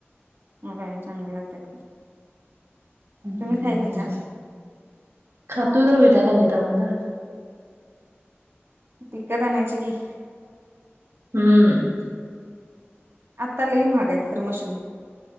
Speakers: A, on the right; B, on the right.
A: होय चांगले लागतात की
B: हम्म
A: तुम्ही
B: हम्
A: खायत नाहीसा
B: हम् खातोय तर भेटायला नाहीत आम्हाला
A: पिकत आनायच की
B: हम्म
A: आत्ता लई महागाय आहेत खरं मशरूम